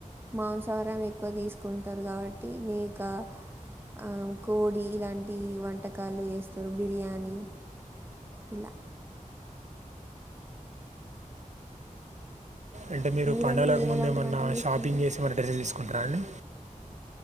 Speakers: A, on the right (about 15°); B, on the right (about 55°).
A: మాంసాహారం ఎక్కువ తీసుకుంటారు కాబట్టి మేక ఆ కోడి ఇలాంటి వంటకాలు చేస్తారు బిర్యానీ ఇలా
B: అంటే మీరు
A: మీరండి
B: పండగలకు
A: మీరు
B: ముందు
A: ఎలాంటి
B: ఏమన్నా
A: వంటలు చేసుకుంటారు
B: షాపింగ్ చేసి ఏమన్ననా డ్రెస్సులు తీసుకుంటురా అండి